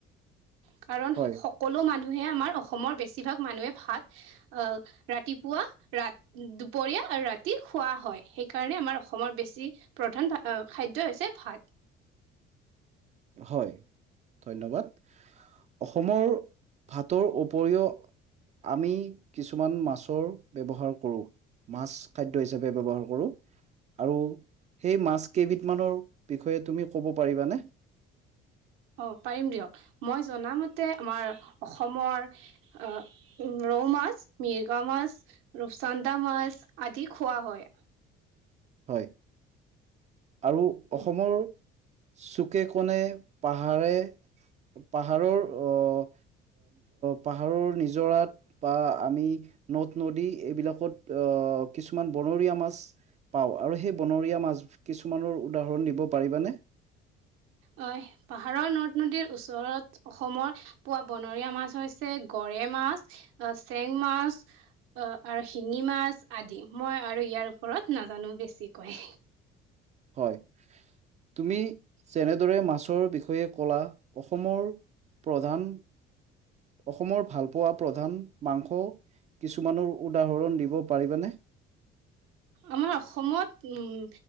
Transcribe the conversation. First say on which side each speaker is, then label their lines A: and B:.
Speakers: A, on the right; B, on the right.
A: কাৰণ
B: হয়
A: সকলো মানুহে আমাৰ অসমৰ বেছিভাগ মানুহে ভাত আহ ৰাতিপুৱা দুপৰীয়া আৰু ৰাতি খোৱা হয়। সেইকাৰণে আমাৰ অসমৰ বেছি প্ৰধান খাদ্য ই হৈছে ভাত।
B: হয় ধন্যবাদ। অসমৰ ভাতৰ উপৰিও আমি কিছুমান মাছৰ ব্যৱহাৰ কৰোঁ। মাছ খাদ্য হিচাপে ব্যৱহাৰ কৰোঁ। আৰু সেই মাছ কেইবিধ মানৰ বিষয়ে তুমি ক'ব পাৰিবানে?
A: অ', পাৰিম দিয়ক, মই জনামতে অসমৰ অ', ৰৌ মাছ, মিৰ্গা মাছ ৰূপচান্দা মাছ আদি খোৱা হয়।
B: হয়। আৰু অসমৰ
A: উম
B: চুকে কণে পাহাৰে পাহাৰৰ আহ পাহাৰৰ নিজৰাত বা আমি নদ নদী এইবিলাকত কিছুমান বনৰীয়া মাছ পাওঁ। আৰু সেই বনৰীয়া মাছ কিছুমানৰ উদাহৰণ দিব পাৰিবানে?
A: হয়। পাহাৰৰ নদ নদীৰ ওচৰত অসমৰ পোৱা বনৰীয়া মাছ হৈছে গৰৈ মাছ আহ চেং মাছ অ' আৰু শিঙি মাছ আদি মই আৰু ইয়াৰ ওপৰত নাজানো বেছিকৈ।
B: হয় তুমি যেনেদৰে মাছৰ বিষয়ে কলা অসমৰ প্ৰধান অসমৰ ভালপোৱা প্ৰধান মাংস কিছুমানৰ উদাহৰণ দিব পাৰিবানে?
A: আমাৰ অসমত উম,